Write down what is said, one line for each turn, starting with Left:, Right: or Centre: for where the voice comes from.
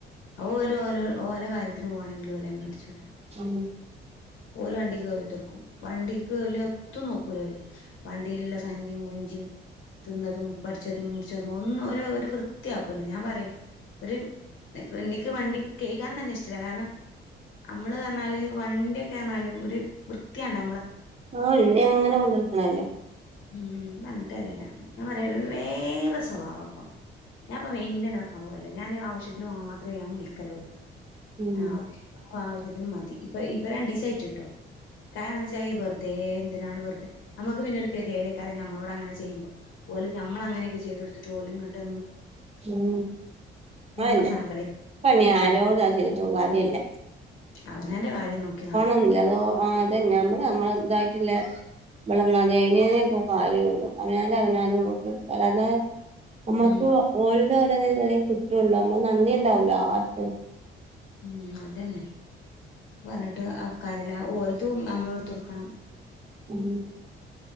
Left: ഓ ഓല ഓല ഓല കാര്യത്തിന് പോകണെങ്കിലും ഓല എണ്ണ അടിച്ച് പോവുല
Right: <inaudible>
Left: ഓ വണ്ടി കേറിത്തറക്കും വണ്ടിക്ക്ല ഒത്തും നോക്കൂലോ അവര് വണ്ടിയിലുള്ള സഞ്ചും കുഞ്ചും തിന്നതും പഠിച്ചതും മുറിച്ചതും ഒന്നും ഒരു വൃത്തിയാക്കൂല ഞാൻ പറയും ഒരു എനിക്ക് വണ്ടി കഴുകാ തന്നെ ഇഷ്ടല്ല കാരണം നമ്മള് പറഞ്ഞാല് വണ്ടിക്കെ <unintelligible> ഒരു വൃത്തിയണ്ട
Right: ആഹ എന്നെ അങ്ങനെ കൊണ്ടുനടക്ക്ണലെ
Left: ഉം പറഞ്ഞിട്ട് അറിയില്ല ഞാൻ പറയാ വേറെ സ്വഭാവം അപ്പൊ ഞാൻ അപ്പ മെയിന്റന ആക്കാൻ പോകല്ലേ ഞാൻ ആവശ്യത്തിന് മാത്രമേ ഞാൻ വിളിക്കലള്ളൂ
Right: ഉം
Left: ആ ആവശ്യത്തിന് മതി ഇപ്പൊ ഇപ്പൊ രണ്ട് <unintelligible> കേട്ടോ കാരണം എന്താ വെച്ചാ വെറുതെ എന്തിനാണ് വെറുതെ നമുക്ക് പിന്നെ ഒരു കഥയട കാരണം നമ്മോട് അങ്ങനെ ചെയ്യുമ്പോ ഓല നമ്മൾങ്ങനൊക്കെ ചെയ്ത കൊടുത്തിട്ട് പോല ഇങ്ങട്ട്
Right: ഉം
Left: നമുക്ക്
Right: അന്നെ
Left: സങ്കടം
Right: പണി
Left: ഉം
Right: ആരോട് ചെയ്തട്ടും കാര്യമല്ല
Left: അവനാന് കാര്യം നോക്കി നട
Right: <unintelligible> ആ അതന്നെ നമ്മള് നമ്മള ഇതായിട്ടല്ല വിളർന്നതെ അതിനേ ഇപ്പോ കാര്യള്ളു അതിനാല അവാല നമ അത നമ്മുക്ക്
Left: ഉം
Right: ഓല് <unintelligible> കുറ്റുള്ളൂ അമ്മ നന്ദി ഉണ്ടാവലോ ആർക്കും
Left: ഉം അതന്നെ പറഞ്ഞിട്ട് ആ കാര്യല്ല ഓരതും നമ്മള എടുത്തൊടുക്കണം
Right: ഉം